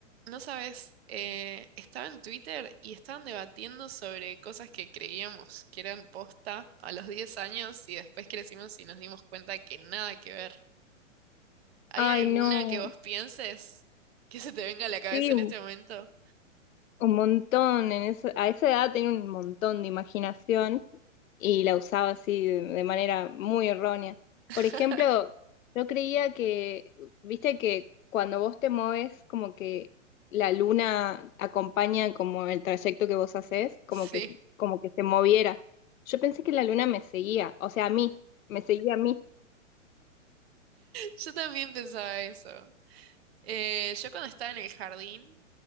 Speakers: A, on the right; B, on the left.
A: No sabes, eh, estaba en Twitter y estaban debatiendo sobre cosas que creíamos que eran posta a los 10 años y después crecimos y nos dimos cuenta que nada que ver. ¿Hay
B: Ay,
A: alguna
B: no,
A: que vos pienses que se te venga a la cabeza
B: sí,
A: en
B: un
A: este momento?
B: un montón. En ese- a esa edad tenía un montón de imaginación y la usaba así de, de manera muy errónea.
A: <laughs>
B: Por ejemplo, yo creía que, viste que cuando vos te mueves, como que la luna acompaña como el trayecto que vos haces, como
A: Sí,
B: que, como que se moviera. Yo pensé que la luna me seguía, o sea, a mí, me seguía a mí.
A: yo también pensaba eso. Eh, yo cuando estaba en el jardín